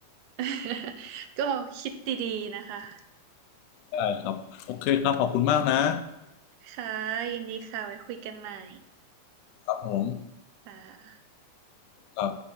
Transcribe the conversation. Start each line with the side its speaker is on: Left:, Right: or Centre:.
Right: <laughs> ก็คิดดีๆนะคะ
Left: ได้ครับโอเคครับขอบคุณมากนะ
Right: ค่ะยินดีค่ะ ไว้คุยกันใหม่
Left: ครับผม
Right: ค่ะ
Left: ครับ